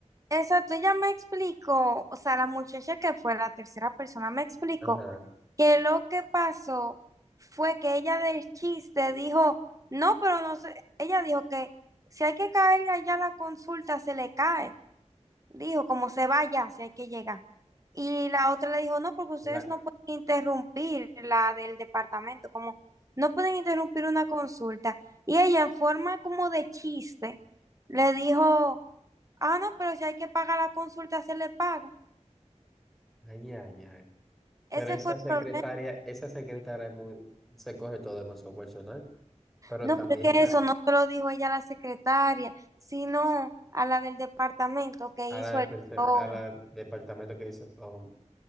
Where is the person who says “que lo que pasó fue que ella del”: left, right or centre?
Right